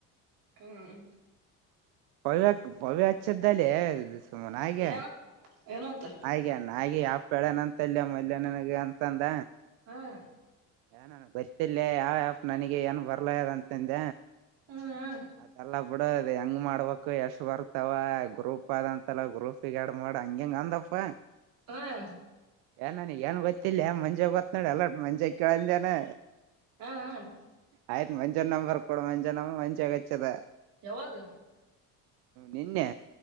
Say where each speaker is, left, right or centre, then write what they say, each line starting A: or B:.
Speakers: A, on the right; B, on the right.
A: ಹ್ಮ್.
B: ಪವೇಕ್ ಪವೇಚ್ಚದ್ದಲೇ ನಾಯ್ಗೆ.
A: ಏನ ಏನಂತ
B: ನಾಯ್ಗೆ ನಾಯ್ಗೆ ಯಾಪ್ಳನ ಅಂತಲ್ಲಿಯ ಮಲ್ಯನನಗೆ ಅಂತಂದ.
A: ಹಾಂ.
B: ಏನ್ ಅಣ್ಣ ಬರ್ತಿಲ್ಲೆ ಯಾವ್ ಆಪ್ ನನಿಗೆ ಏನ್ ಬರ್ಲೆ ಇಲ್ಲ ಅಂತಂದ.
A: ಹ್ಮ್ ಹ್ಮ್.
B: ಅದೆಲ್ಲ ಬುಡು ಅದ್ ಹೆಂಗ್ ಮಾಡ್ಬಕ್ ಎಷ್ಟ್ ಬರ್ತಾವ ಗ್ರೂಪ್ ಅದ ತಲ ಗ್ರೂಪಿಗ್ ಆಡ್ ಮಾಡ ಹಂಗಿಂಗ್ ಅಂದಪ್ಪ.
A: ಹ್ಮ
B: ಏನ್ ನನಿಗೆ ಏನು ಗೊತ್ತಿಲ್ಲ ಮಂಜುಗ್ ಗೊತ್ ನೋಡು ಎಲ್ಲ ಮಂಜಗ್ ಕೇಳ್ ಅಂದನಾ.
A: ಹ್ಮ್
B: ಆಯ್ತ್ ಮಂಜನ್ ನಂಬರ್ ಕೊಡು ಮಂಜ ನಾವು ವಂಜವೆಚ್ಚದ.
A: ಯವಾಗ್
B: ನಿನ್ನೆ